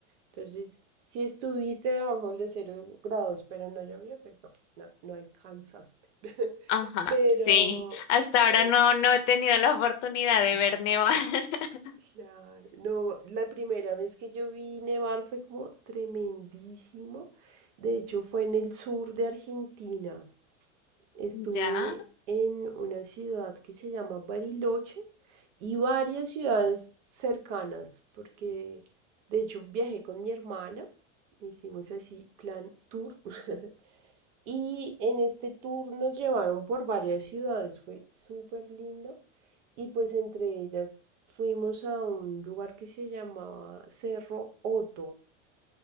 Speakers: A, on the right; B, on the left.
A: Entonces, si estuviste debajo de los cero grados, pero no llovió, pues no, no, no alcanzaste. <laughs>
B: Ajá,
A: Pero,
B: sí. Hasta
A: pero,
B: ahora no, no he tenido la oportunidad de ver nevar. <laughs>
A: claro, no, la primera vez que yo vi nevar fue como tremendísimo. De hecho, fue en el sur de Argentina. Estuve
B: Ya,
A: en una ciudad que se llama Bariloche y varias ciudades cercanas, porque de hecho viajé con mi hermana, hicimos así plan tour. <laughs> Y en este tour nos llevaron por varias ciudades, fue súper lindo. Y pues entre ellas fuimos a un lugar que se llamaba Cerro Otto.